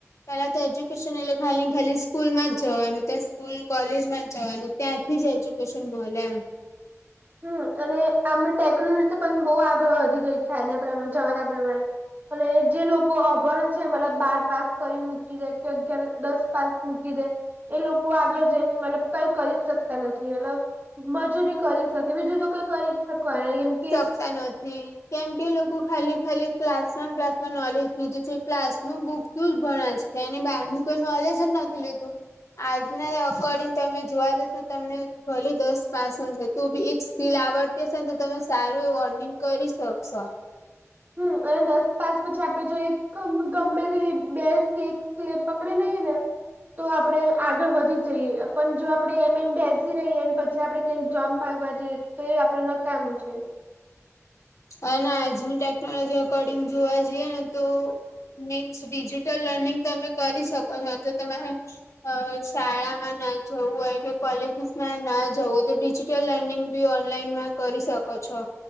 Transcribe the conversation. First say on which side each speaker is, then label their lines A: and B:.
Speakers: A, on the left; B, on the right.
A: પેલા તો એજ્યુકેશન એટલે ખાલી ખાલી સ્કૂલ માં જવાનું ત્યાં સ્કૂલ કોલેજ માં જવાનું ત્યાંથી જ એજ્યુકેશન મળે એમ
B: હમ અને આમે ટેકનોલોજી પણ બહુ આગળ વધી ગઈ છે આના પ્રમાણે જવાના પ્રમાણે અને જે લોકો અભણ છે મતલબ બાર પાસ કરીને મૂકી જે કે અગિયાર દસ પાસ મૂકી દે એ લોકો આગળ જઈને મતલબ કઈ કરી જ શકતા નથી મતલબ મજૂરી કરી શકે બીજું તો કઈ કરી શકવાનું કેમ કે
A: સા નથી કેમ કે લોકો ખાલી ખાલી ક્લાસમાં ને ક્લાસ માં નોલેજ <unintelligible> છે ક્લાસ નું બુકનું જ ભણે છે તેની બહારનું કોઈ નોલેજ જ નથી લીધું આજના અકોર્ડિંગ તમે જોવા જશો તમને ભલી દસ પાસ છે તું બી એક સ્પીલ આવડતી હશે ને તો તમે સારું એ અર્નિંગ કરી શકશો
B: હમ અને દસ પાસ પછી આપણે જોઈએ ગમે તે બે કે પકડી લઈએ ને તો આપણેે આગળ વધી એ પણ જો આપણે એમ એમ બી એસી રહીએ અને પછી આપડે કંઈક જોબ માંગવા જઈએ તો એ આપણે નકામું છે
A: અને આજની ટેકનોલોજી અકોર્ડિંગ જોવા જઈએે ને તો મીન્સ ડિજિટલ લર્નિંગ તમે કરી શકો છો જો તમારે અ શાળામાં ના જવું હોય કે કોલેજસ માં ના જવું ડિજિટલ અર્નિંગ બી ઓનલાઈનમાં કરી શકો છો